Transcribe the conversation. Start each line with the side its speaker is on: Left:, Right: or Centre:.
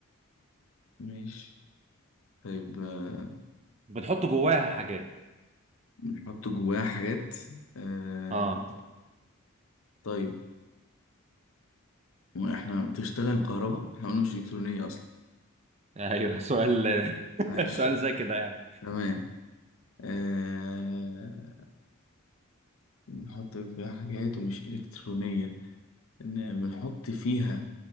Left: ماشي طيب آه،
Right: بنحط جواها حاجات
Left: بنحط جواها حاجات آه،
Right: اه
Left: طيب احنا بتشتغل بكهرباء احنا قلنا مش إلكترونية أصلا
Right: ايوه <laughs> سؤال <laughs>
Left: ماشي
Right: سؤال زي كده يعني
Left: تمام آه، بنحط فيها حاجات ومش إلكترونية إن بنحط فيها